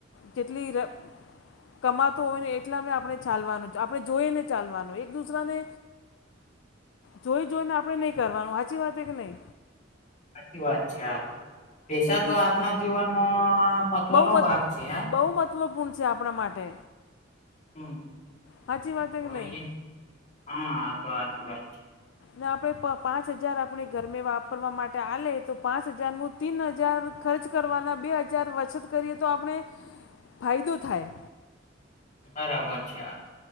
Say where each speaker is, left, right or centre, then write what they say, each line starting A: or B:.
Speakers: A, on the left (about 70°); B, on the left (about 40°).
A: કેટલી ર. કમાતો હોય ને એટલા મેં આપણે ચાલવાનું આપણે જોઈને ચાલવાનું એક દુસરાને જોઈ જોઈને આપણેે નહી કરવાનું હાચી વાત કે નહી?
B: સાચી વાત છે હા તો પૈસા તો
A: દુસ
B: આપના જીવનમાં મહત્વનો
A: બહુ મત
B: ભાગ છે.
A: બહુ મહત્વપૂર્ણ છે આપણા માટે
B: હમ
A: સાચી વાત કે
B: તો
A: નહીં
B: એ હા તો હાચી વાત છે.
A: ના આપે પ પાંચ હજાર આપણે ઘરમે વાપરવા માટે હાલે તો પાંચ હજાર મુ તીન હજાર ખર્ચ કરવાના બે હજાર વચત કરીએ તો આપણે ફાયદો થાય.
B: બરાબર છે આ તો.